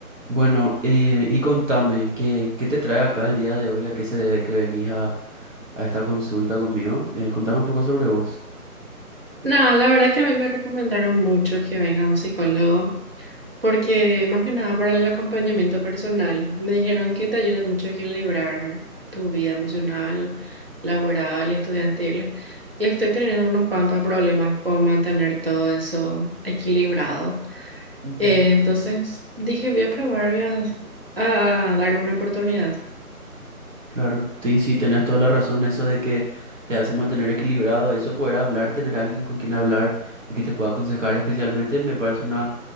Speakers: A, on the right (about 55°); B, on the right (about 40°).
A: Bueno, eh, y contame, ¿qué, qué te trae acá el día de hoy? ¿A qué se debe que venís a, a esta consulta conmigo? Eh, contame un poco sobre vos.
B: No, la verdad que a mí me recomendaron mucho que venga un psicólogo, porque más que nada para el acompañamiento personal, me dijeron que te ayuda mucho a equilibrar tu vida emocional, laboral, estudiantil, y estoy teniendo unos cuantos problemas con mantener todo eso equilibrado.
A: Ujú.
B: Eh, entonces dije, voy a probar, voy a, a darle una oportunidad.
A: Claro, sí, sí, tenés toda la razón, eso de que te hace mantener equilibrado, eso poder hablar, tener a alguien con quien hablar y que te pueda aconsejar especialmente, me parece una